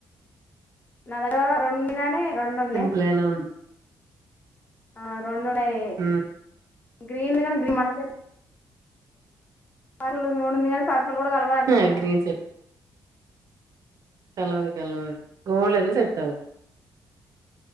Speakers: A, on the left; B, on the right.
A: నా దగ్గర రెండు కానీ రెండు ఉన్నాయ్
B: సింపుల్‌గానే ఉంది.
A: ఆ రెండు ఉన్నాయ్
B: హ్మ్.
A: గ్రీన్ద్ గానే గ్రీన్ మనకు పారులు మూడుంది గానీ <unintelligible> <unintelligible> అంటుంది
B: ఆ!
A: గా
B: గ్రీన్ సెట్ కలవదు కలవదు గోల్డ్ అయితే సెట్ అవు